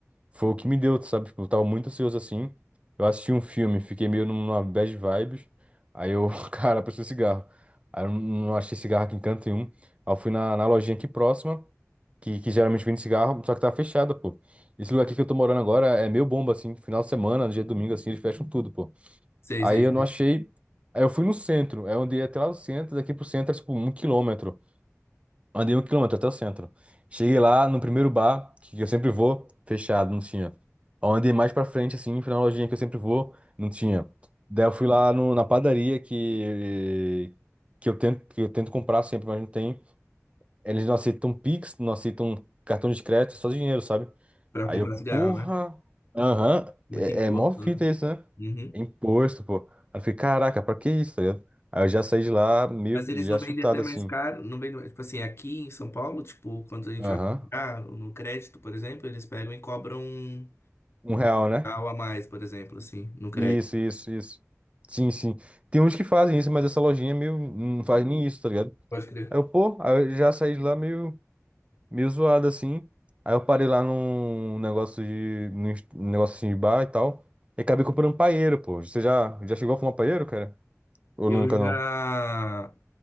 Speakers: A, on the right; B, on the left.
A: Foi o que me deu, sabe? Tipo, eu tava muito ansioso assim. Eu assisti um filme, fiquei meio numa bad vibes. Aí eu, <laughs> cara, preciso de cigarro. Aí eu não achei cigarro aqui em canto nenhum. Aí eu fui na, na lojinha aqui próxima, que, que geralmente vende cigarro, só que tava fechada, pô. Esse lugar aqui que eu tô morando agora é meio bomba, assim. Final de semana, dia de domingo, assim, eles fecham tudo, pô.
B: Sei,
A: Aí
B: sei,
A: eu
B: sei.
A: não achei. Aí eu fui no centro. Aí eu andei até lá no centro, daqui pro centro, é, tipo, um quilômetro. Andei um quilômetro até o centro. Cheguei lá no primeiro bar, que eu sempre vou, fechado, não tinha. Aí eu andei mais pra frente, assim, fui na lojinha que eu sempre vou, não tinha. Daí eu fui lá no- na padaria que, que, eu tento, que eu tento comprar sempre, mas não tem. Eles não aceitam Pix, não aceitam cartão de crédito, é só dinheiro, sabe?
B: Pra
A: Aí
B: comprar
A: eu, porra,
B: cigarro, né?
A: aham,
B: Muito
A: é,
B: imposto,
A: é mó fita
B: né?
A: isso, né?
B: Uhum.
A: Imposto, pô. Aí eu fiquei, caraca, pra que isso, tá ligado? Aí eu já saí de lá meio
B: Mas eles
A: já
B: não
A: chutado
B: vendem até mais
A: assim.
B: caro, não vendem mais. Tipo assim, aqui em São Paulo, tipo, quando a gente
A: Aham.
B: vai comprar no crédito, por exemplo, eles pegam e cobram um
A: Um real, né?
B: real a mais, por exemplo, assim, no crédito.
A: Isso, isso, isso. Sim, sim. Tem uns que fazem isso, mas essa lojinha é meio não faz nem isso, tá ligado?
B: Pode crer.
A: Aí eu, pô, aí eu já saí de lá meio, meio zoado assim. Aí eu parei lá num negócio de, num est- num negócio assim de bar e tal. E acabei comprando paeiro, pô. Você já, já chegou a fumar paeiro, cara? Ou
B: Eu
A: nunca
B: já,
A: não?